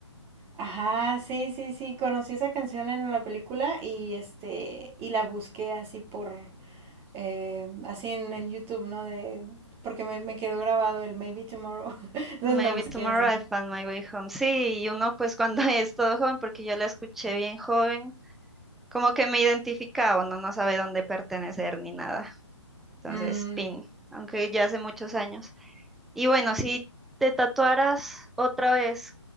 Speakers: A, on the right; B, in the centre.
A: Ajá, sí, sí, sí, conocí esa canción en la película y este, y la busqué así por, eh, así en, en YouTube, ¿no? De, porque me, me quedó grabado el Maybe Tomorrow, <laughs> entonces
B: Maybe
A: la busqué
B: Tomorrow
A: así.
B: I'll Find My Way Home. Sí, y uno pues cuando <laughs> es todo joven, porque yo la escuché bien joven, como que me identificaba, uno no sabe dónde pertenecer ni nada. Entonces,
A: Mm,
B: pin, aunque ya hace muchos años. Y bueno, si te tatuaras otra vez,